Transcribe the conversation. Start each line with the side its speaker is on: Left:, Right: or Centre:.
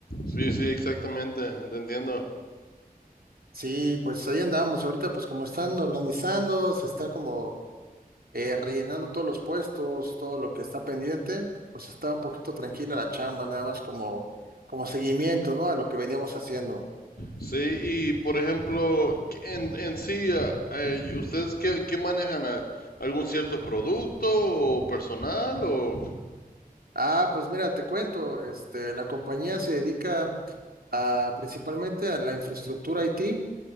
Left: Sí, sí, exactamente, te entiendo.
Right: Sí, pues ahí andamos, ahorita pues como están organizando, se está como eh, rellenando todos los puestos, todo lo que está pendiente, pues está un poquito tranquila la chamba, nada más como, como seguimiento, ¿no? A lo que veníamos haciendo.
Left: Sí, y por ejemplo, en, en sí, ah, eh, ¿y ¿ustedes qué, qué manejan? Ah, ¿Algún cierto producto o personal? O...
Right: Ah, pues mira, te cuento, este, la compañía se dedica a, principalmente a la infraestructura IT